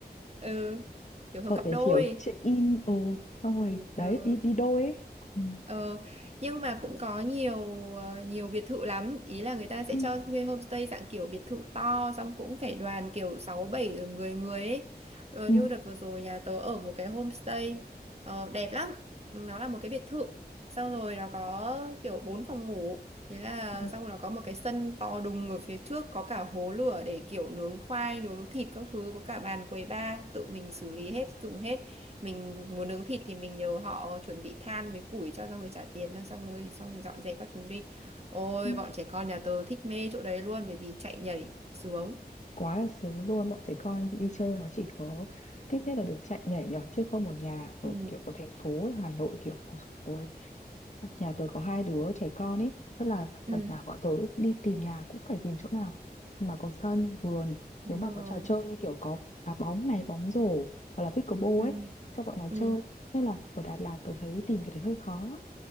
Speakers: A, on the right (about 40°); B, on the left (about 45°).
A: ừ, kiểu hợp
B: hợp
A: cặp
B: để
A: đôi.
B: kiểu check in ờ xong rồi đấy
A: Ừ.
B: đi đi đôi ấy ừ.
A: Ờ, nhưng mà cũng có nhiều ờ, nhiều biệt thự lắm ý là người ta sẽ
B: Ừ.
A: cho thuê homestay dạng kiểu biệt thự to xong cũng phải đoàn kiểu 6 7 rồi 10 người ấy ờ,
B: Ừ.
A: như đợt vừa rồi nhà tớ ở một cái homestay ờ, đẹp lắm nó là một cái biệt thự xong rồi nó có kiểu bốn phòng ngủ thế là
B: Ừ.
A: xong rồi nó có một cái sân to đùng ở phía trước có cả hố lửa để kiểu nướng khoai nướng thịt các thứ có cả bàn quầy bar tự mình xử lý hết dùng hết mình muốn nướng thịt thì mình nhờ họ chuẩn bị than với củi cho xong rồi trả tiền thôi xong rồi xong rồi dọn dẹp các thứ đi ôi
B: Ừ.
A: bọn trẻ con nhà tớ thích mê chỗ đấy luôn bởi vì chạy nhảy xuống
B: quá là sướng luôn bọn trẻ con đi chơi nó chỉ có thích nhất là được chạy nhảy nhót chứ không một nhà ở
A: ừ
B: kiểu của thành phố ấy, Hà Nội kiểu của ôi, nhà tớ có hai đứa trẻ con ấy tức là
A: ừ
B: đợt nào bọn tớ đi tìm nhà cũng phải tìm chỗ nào mà có sân vườn
A: đúng
B: nếu mà
A: rồi
B: có trò chơi như kiểu có đá bóng này bóng rổ hoặc là pickleball
A: ừ
B: ấy cho bọn nó chơi
A: ừ
B: nên là ở Đà Lạt tôi thấy tìm cái đấy hơi khó